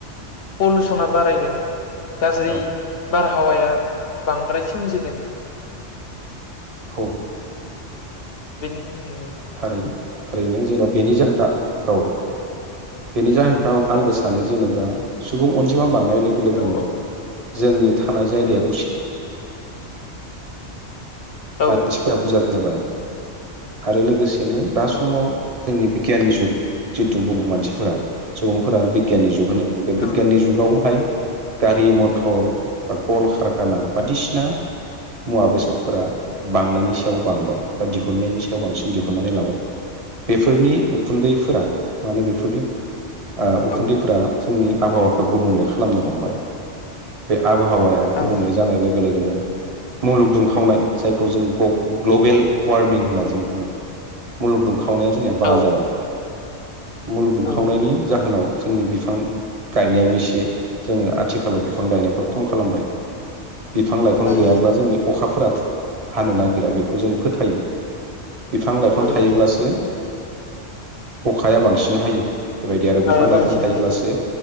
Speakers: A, on the left (about 60°); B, on the right (about 40°).
A: पलुसना बारायदों। गाजै
B: औ
A: बार हावाया बांद्राय सोमजिदों
B: औ
A: बेनि उम उम
B: थारैनो थारैनो जेनेबा बेनि जाहोनखा औ बेनि जाहोनखौ आंबो
A: औ
B: सानो जेनेबा सुबुं अनजिमा बांनाय लोगो लोगोनो
A: औ औ
B: जोंनि थानाय जायगाया
A: उम
B: गुस <inaudible>
A: औ
B: मानसिफ्रा बुजा जाबाय आरो लो गोसेनो दा समाव
A: औ
B: जोंनि बिगियाननि जुग जिथु बुङो मानसिफोरा सुबुंफोरा बिगियाननि जुग होनो बिगियाननि
A: औ
B: जुगावहाय गारि मथर बा कल कारखाना बायदिसिना मुवा बेसादफोरा बांनायनि सायाव बांबाय बा दिहुनन्नायनि सायाव बांसिन दिहुनानै लाबाय बेफोरनि उखुन्दैफोरा माने बे फोरनि ओ उखुन्दैफोरा
A: औ
B: जोंनि आबहावाखौ गुबुंले खालामनो हमबाय बे आबहावाया गुबुंले
A: औ
B: जानाय लोगो लोगोनो मुलुग दुंखावनाय जायखौ जों ग्लबेल वार्मिं होनना जों बुङो मुलुग दुं खावनाया जोंनिया बारा
A: औ
B: जाबाय। मुलुदुंखावनायनि
A: औ
B: जाहोनाव जोंनि बिफां गायनायाबो एसे जोंङो आथिखालाव बिफां गायनायखौ खम खालामबाय। बिफां-लाइफां
A: ओं
B: गैयाब्ला जोंनि अखाफोरा हानो नागिरा बेखौ जों फोथायो। बिफां-लाइफां
A: ओं
B: थायोब्लासो अखाया बां सिन हायो। बेबायदि आरो बिफां
A: हाया
B: लाइफां
A: बांसिनहाय
B: थायोब्लासो